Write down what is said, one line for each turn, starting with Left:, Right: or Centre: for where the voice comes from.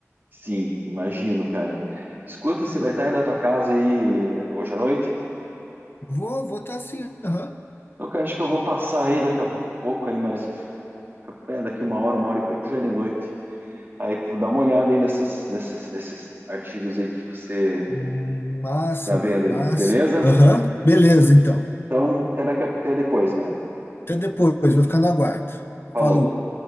Right: Sim, imagino, cara. Escuta, você vai estar aí na tua casa aí eh, hoje à noite?
Left: Vou, vou estar tá assim, aham.
Right: Não, cara, acho que eu vou passar aí daqui a pouco aí mais. É, daqui uma hora, uma hora e pouco já é de noite. Aí tu dá uma olhada aí nessas, nessas, nesses artigos aí que você
Left: Hum, Massa,
Right: tá vendo
Left: velho,
Right: aí,
Left: massa.
Right: beleza?
Left: Aham, beleza, então.
Right: Então, até, daqui a- até depois, man.
Left: Até depois, vou ficar no aguardo.
Right: Falou.
Left: Falou.